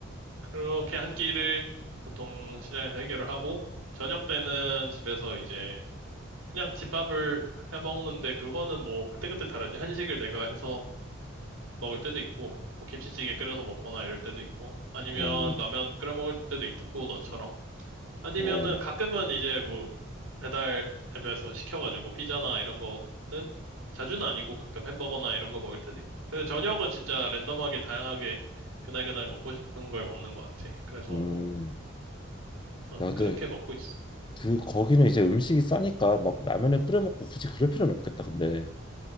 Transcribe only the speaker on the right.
그렇게 한 끼를 보통 시장에서 해결을 하고, 저녁 때는 집에서 이제 그냥 집밥을 해 먹는데 그거는 뭐 그때그때 다르지. 한식을 내가 해서 먹을 때도 있고, 뭐 김치찌개 끓여서 먹거나 이럴 때도 있고, 아니면
라면 끓여 먹을 때도 있고 너처럼. 아니면은
가끔은 이제 뭐 배달 앱에서 시켜가지고 피자나 이런 거는 자주는 아니고 가끔 햄버거나 이런 거 먹을 때도 있고. 근데 저녁은 진짜 랜덤하게 다양하게 그날그날 먹고 싶은 걸 먹는 것 같아. 그래서
뭐 그냥
그렇게 먹고 있어.